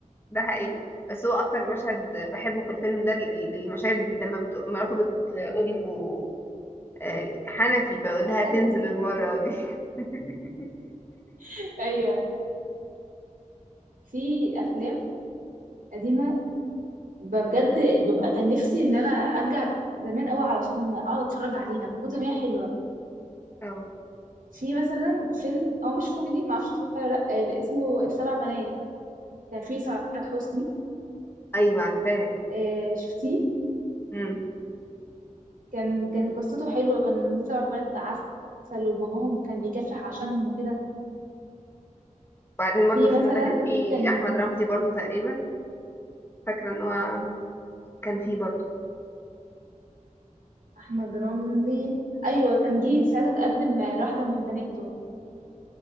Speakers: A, on the left (about 15°); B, on the right (about 85°).
A: ده حقيقي بس هو اكتر مشهد بحبه في الفيلم ده ال- ال- المشاهد لما بت... مراته بتقول له آه، حنفي فيقول لها
B: انا
A: تنزل
B: في-
A: المرة دي <laughs>
B: <laughs> ايوه في افلام قديمه بجد ببقى كان نفسي ان انا ارجع زمان قوي علشان اقعد اتفرج عليها من كتر ما هي حلوه
A: أو.
B: في مثلا فيلم هو مش كوميدي ما اعرفش اتفرجت عليه ولا لا آه، اسمه السبع بنات كان فيه سعاد حسني
A: ايوه عارفاه
B: آه، شفتيه
A: امم
B: كان كانت قصته حلوه وكان سبع بنات عسل وباباهم كان بيكافح عشانهم وكده
A: وبعدين
B: في
A: برضو الفيلم
B: مثلا
A: ده كان فيه
B: كان
A: احمد رمزي برضو تقريبا فاكره ان هو كان فيه برضو
B: احمد رمزي ايوه كان جه ساعتها تقدم لواحده من بناته